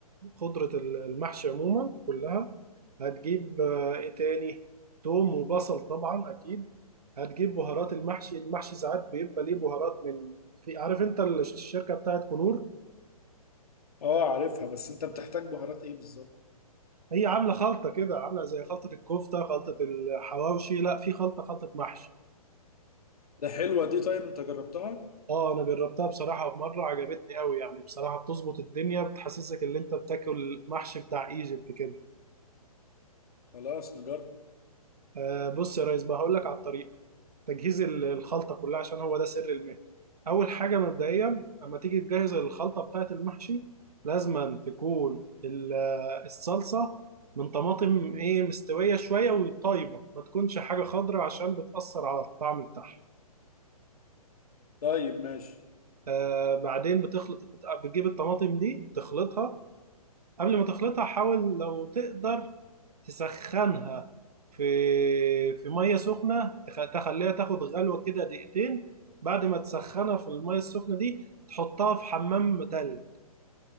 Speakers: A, on the right; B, on the left.
A: خضرة ال- المحشي عموما كلها هتجيب آه، ايه تاني توم وبصل طبعا اكيد هتجيب بهارات المحشي المحشي ساعات بيبقى ليه بهارات من في عارف انت الش- الشركة بتاعت كنور
B: اه عارفها بس انت بتحتاج بهارات ايه بالظبط
A: هي عاملة خلطة كده عاملة زي خلطة الكفتة خلطة الحواوشي لا في خلطة خلطة محشي
B: ده حلوة دي طيب انت جربتها
A: اه انا جربتها بصراحه في مره عجبتني قوي يعني بصراحه بتظبط الدنيا بتحسسك ان انت بتاكل محشي بتاع ايجيبت كده
B: خلاص نجرب
A: آه بص يا ريس بقى هقول لك على الطريقه تجهيز ال- الخلطه كلها عشان هو ده سر المهنه اول حاجه مبدئيا اما تيجي تجهز الخلطه بتاعه المحشي لازم تكون ال- آه، الصلصه من طماطم ايه مستويه شويه وطيبه ما تكونش حاجه خضراء عشان بتاثر على الطعم بتاعها
B: طيب ماشي
A: آه بعدين بتخلط بت- بتجيب الطماطم دي تخلطها قبل ما تخلطها حاول لو تقدر تسخنها في في ميه سخنه تخ- تخليها تاخد غلوه كده دقيقتين بعد ما تسخنها في الميه السخنه دي تحطها في حمام تلج